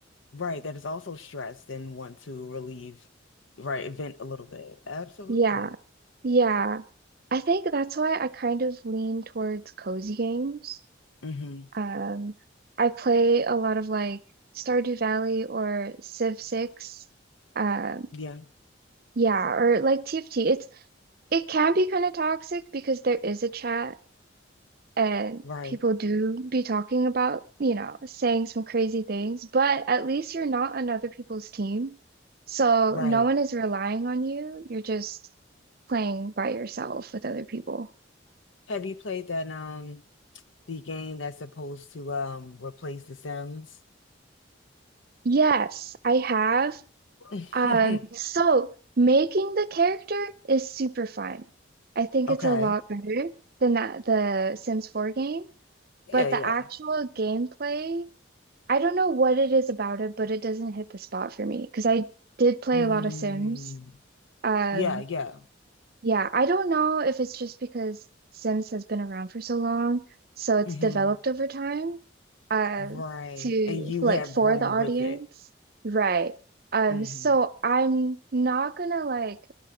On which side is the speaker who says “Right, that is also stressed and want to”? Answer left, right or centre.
Left